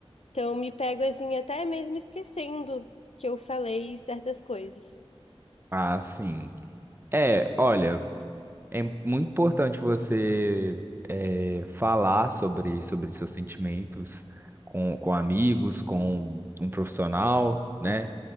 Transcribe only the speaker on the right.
Ah, sim. É, olha. É muito importante você eh, falar sobre, sobre seus sentimentos com, com amigos, com um profissional, né?